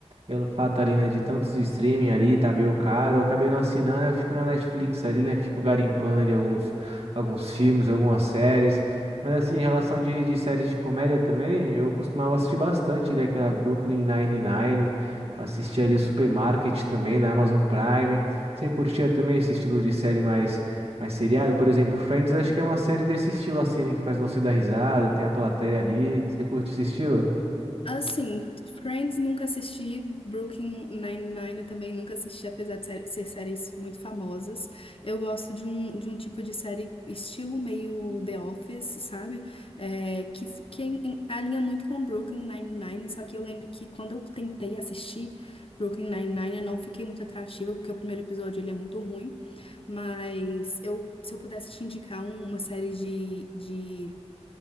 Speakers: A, on the right; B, on the left.
A: pelo fato ali, né, de tantos streaming ali, tá meio caro, eu acabei não assinando, eu fico na Netflix ali, né, fico garimpando ali alguns, alguns filmes, algumas séries. Mas assim, em relação de, de séries de comédia também, eu costumava assistir bastante ali aquela Brooklyn Nine-Nine, assistia ali Supermarket também na Amazon Prime. Você curtia também esse estilo de série mais mas seriado, por exemplo, Friends, acho que é uma série desse estilo assim, né? Que faz você dar risada, tem a plateia ali. Você curte esse estilo?
B: Assim, Friends nunca assisti, Brooklyn Nine-Nine também nunca assisti, apesar de ser ser séries muito famosas. Eu gosto de um, de um tipo de série estilo meio The Office, sabe? É, que, que en- en- alinha muito com Brooklyn Nine-Nine, só que eu lembro que quando eu tentei assistir Brooklyn Nine-Nine, eu não fiquei muito atrativa, porque o primeiro episódio ele é muito ruim. Mas eu, se eu pudesse te indicar um- uma série de, de